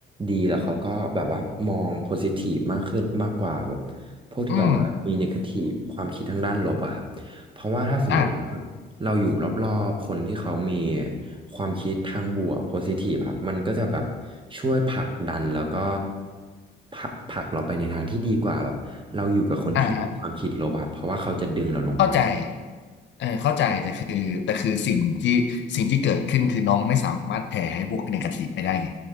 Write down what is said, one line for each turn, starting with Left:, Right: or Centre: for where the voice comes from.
Right: ดีแล้วเขาก็แบบว่ามองโพซิทีฟมากขึ้นมากกว่าแบบพวกที่แบบว่ามีเนกาทีฟความคิดทางด้านลบอะครับเพราะว่าถ้าสมมติ
Left: อืมอ่า
Right: เราอยู่รอบๆคนที่เขามีความคิดทางบวกโพซิทีฟครับมันก็จะแบบช่วยผลักดันแล้วก็ผลักผลักเราไปในทางที่ดีกว่าแบบเราอยู่กับคนที่มีความคิดลบอะเพราะว่าเขาจะดึงเราลงไป
Left: อ่าฮะเข้าใจเออเข้าใจแต่คือแต่คือสิ่งที่สิ่งที่เกิดขึ้นคือน้องไม่สามารถแผ่ให้พวกเนกาทีฟไปได้ไง